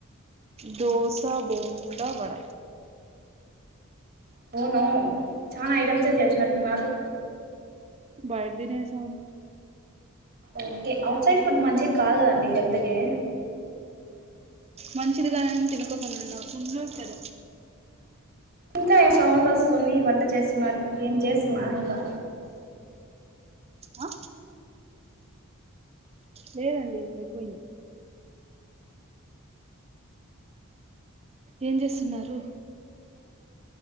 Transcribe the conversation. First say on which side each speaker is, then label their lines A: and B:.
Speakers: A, on the right; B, on the right.
A: దోస బోండా వడ
B: వూను చనా ఐటమ్సే చేసినట్టున్నారు
A: బయిట్ దినేసామ్
B: ఓకే అవుట్ సైడ్ ఫుడ్ మంచిది కాదు గదండి హెల్త్ కి
A: మంచిదిగాదని తినకోకుండా వుండడం <unintelligible> కద
B: ఇంకా ఏం సౌండొస్తుంది వంట చేస్తున్నట్టు ఏం చేస్తున్నా ఇంకా
A: ఆ లేదండి అయిపోయింది ఏం జేస్తున్నారు